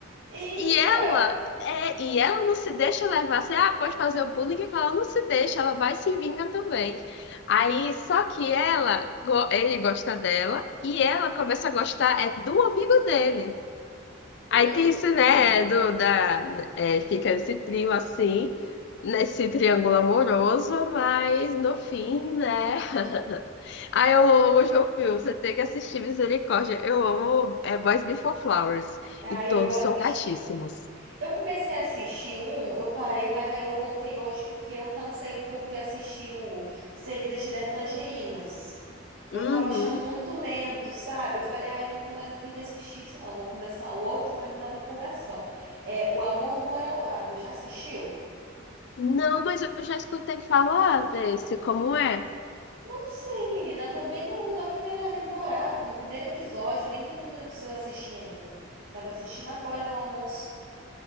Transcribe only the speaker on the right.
Eita!
Hum.
Aí
eu vou assistir.
Eu comecei a assistir um, eu parei, mas aí eu voltei hoje porque eu cansei um pouco de assistir o Se a Vida Te Der Tangerinas. Eu
tava achando muito lento, sabe? Eu falei, ah, eu não tô mais afim de assistir isso, não. Vou começar outro pra me dar uma empolgação. É O Amor Mora ao Lado. Já assistiu?
Não sei, menina. Eu tô bem no- na primeira temporada, no primeiro episódio, nem 30 minutos eu assisti ainda. Tava assistindo agora no almoço.